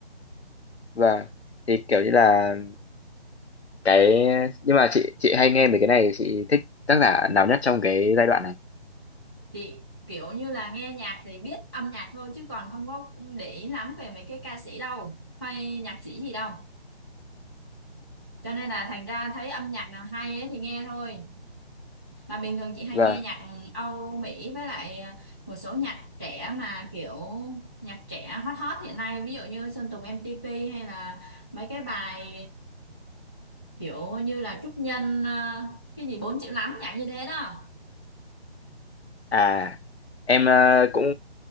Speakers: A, on the left; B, in the centre.
A: Vâng. Thì kiểu như là cái nhưng mà chị chị hay nghe mấy cái này chị thích tác giả nào nhất trong cái giai đoạn này?
B: chị kiểu như là nghe nhạc thì biết âm nhạc thôi chứ còn không có để ý lắm về mấy cái ca sĩ đâu hay nhạc sĩ gì đâu cho nên là thành ra thấy âm nhạc nào hay ấy thì nghe thôi mà bình thường chị hay
A: Vâng.
B: nghe nhạc Âu Mỹ với lại à, một số nhạc trẻ mà kiểu nhạc trẻ hot hot hiện nay ví dụ như Sơn Tùng MTP hay là mấy cái bài kiểu như là Trúc Nhân ờ, cái gì 4 triệu lắm nhạc như thế đó
A: À em ờ, cũng